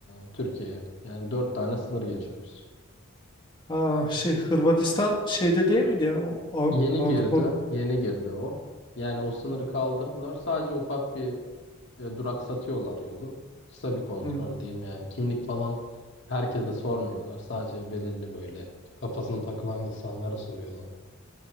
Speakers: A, on the left; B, on the left.
A: e, Türkiye'ye. Yani dört tane sınır geçiyoruz.
B: Aa, şey Hırvatistan şeyde değil miydi ya? O, Av-
A: Yeni
B: Avrupa
A: girdi, yeni girdi o. Yani o sınırı kaldırdılar. Sadece ufak bir e, duraksatıyorlar yolu. Kısa bir kontrol
B: Hmm,
A: diyeyim yani. Kimlik falan herkese sormuyorlar. Sadece belirli böyle kafasına takılan insanlara soruyorlar.